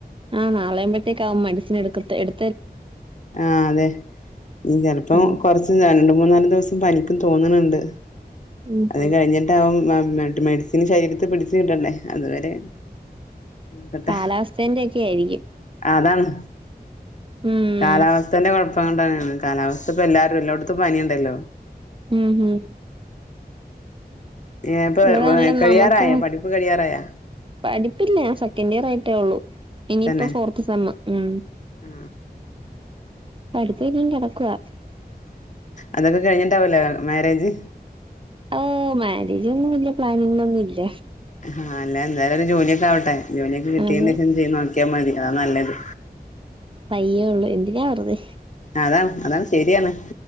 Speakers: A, on the right; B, on the left.
A: ആഹ് നാളെ ആവ്മ്പഴ്‌ത്തേക്ക് ആവും മെഡിസിൻ എടുക്കത്തെ എട്
B: ആഹ് അതെ ഇഞ്ഞി ചെലപ്പം
A: ഉം
B: കൊറച്ച് രണ്ട് മൂന്നാല് ദിവസം പനിക്കും തോന്ണണ്ട്
A: ഉം
B: അത് കഴ്ഞ്ഞിട്ടാവും ആഹ് മെഡ് മെഡിസിന് ശരീരത്തി പിടിച്ച് കിട്ടണ്ടെ അത് വരെ ക്കട്ടെ
A: കാലാവസ്ഥേന്റെ ഒക്കെ ആയിരിക്കും
B: ആഹ് അതാണ്
A: ഉം
B: കാലാവസ്ഥന്റെ കൊഴപ്പം കൊണ്ടാണ് കാലാവസ്ഥ ഇപ്പൊ എല്ലാരും എല്ലോട്ത്തു പനിണ്ടല്ലൊ
A: ഉം ഉം
B: ഏഹ് ഇപ്പ
A: ഇവിടെയാണല്ലോ
B: കഴിയാറായോ
A: നമുക്കും
B: പഠിപ്പ് കഴിയാറായോ
A: പഠിപ്പില്ല ഞാൻ സെക്കൻഡ് ഇയർ ആയിട്ടെ ഉള്ളു ഇനിയിപ്പൊ
B: തന്നെ
A: ഫോർത്ത് സെമ്മ് ഉം
B: ആ
A: പഠിപ്പിനിയും കെടക്കുവാ
B: അതൊക്കെ കഴ്ഞ്ഞിട്ടാവൂലെ മാരേജ്
A: ഓഹ് മാരേജ് ഒന്നും വല്യ പ്ലാനിങ്ങിലൊന്നുല്ല
B: ആഹ് അല്ല എന്തായാലും ഒര് ജോലിയൊക്കെ ആവട്ടെ ജോലിയൊക്കെ കിട്ടിയേന്റേശം
A: അത്
B: ചെയ് നോക്ക്യാ മതി അതാ നല്ലത്
A: പയ്യേ ഒരള്ളു എന്തിനാ വെറ്തെ
B: അതാണ് അതാണ് ശരിയാണ്